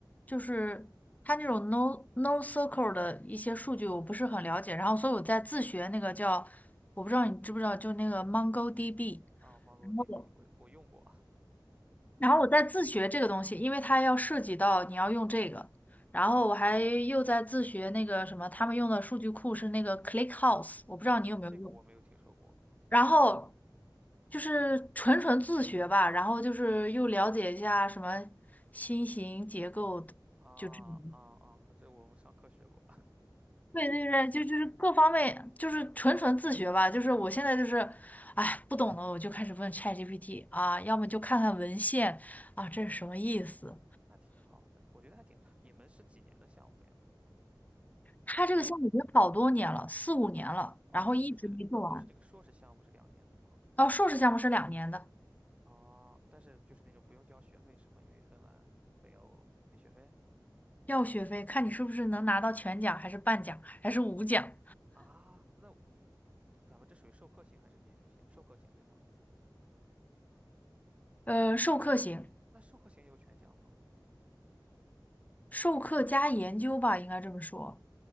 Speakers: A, on the left; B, on the right.
A: 就是它那种 no no circle 的一些数据我不是很了解，然后所以我在自学那个叫我不知道你知不知道，就那个 MongoDB，
B: 啊。MongoDB
A: 然后我
B: 我我用过，
A: 然后我在自学这个东西，因为它要涉及到你要用这个，然后我还又在自学那个什么，他们用的数据库是那个 ClickHouse，我不知道你有没有用。
B: 哦，这个我没有听说过
A: 然后就是纯纯自学吧，然后就是又了解一下什么新型结构的就这种。
B: 啊啊啊，这我们上课学过，
A: 对对对，就就是各方面就是纯纯自学吧。就是我现在就是，哎，不懂的我就开始问 ChatGPT 啊，要么就看看文献啊，这是什么意思？
B: <laughs> 那挺好的，我觉得还挺。你们是几年的项目呀？
A: 它这个项目已经好多年了，
B: 两年吗？
A: 四五年了，
B: 哦，
A: 然后一直没做完。
B: 我说就是就是这个硕士项目是两年的吗？
A: 哦，硕士项目是两年的，
B: 哦，但是就是那种不用交学费是吗？因为芬兰、北欧没学费
A: 要学费，看你是不是能拿到全奖，还是半奖，还是五奖。
B: 啊。那你咱们这属于授课型还是研究型？授课型对吗？
A: 呃，授课型，
B: 那授课型有全奖吗？
A: 授课加研究吧，应该这么说。